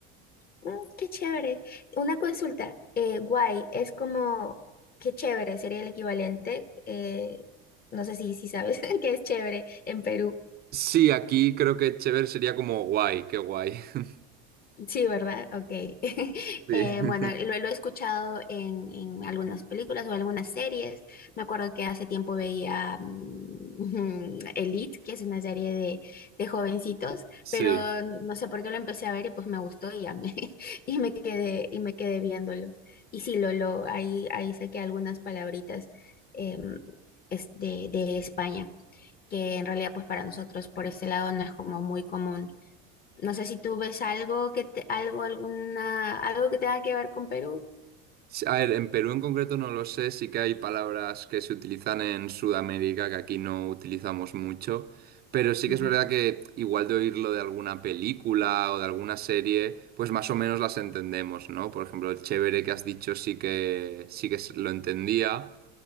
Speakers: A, on the left; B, on the right.
A: Mm, qué chévere. Una consulta, eh, guay, es como, qué chévere, sería el equivalente, eh, no sé si, si sabes <laughs> qué es chévere en Perú.
B: Sí, aquí creo que chévere sería como guay, qué guay. <laughs>
A: Sí, ¿verdad? Ok. <laughs>
B: Sí.
A: Eh,
B: <laughs>
A: bueno, lo, lo he escuchado en, en algunas películas o algunas series. Me acuerdo que hace tiempo veía mm, <laughs> Elite, que es una serie de, de jovencitos,
B: Sí.
A: pero no sé por qué lo empecé a ver y pues me gustó y ya me, <laughs> y me quedé, y me quedé viéndolo. Y sí, lo, lo, ahí, ahí saqué algunas palabritas em, es de, de España, que en realidad pues para nosotros por este lado no es como muy común no sé si tú ves algo que te, algo, alguna, algo que tenga que ver con Perú.
B: Sí, A ver, en Perú en concreto no lo sé, sí que hay palabras que se utilizan en Sudamérica que aquí no utilizamos mucho, pero sí
A: Ujú,
B: que es verdad que igual de oírlo de alguna película o de alguna serie, pues más o menos las entendemos, ¿no? Por ejemplo, el chévere que has dicho sí que sí que se- lo entendía.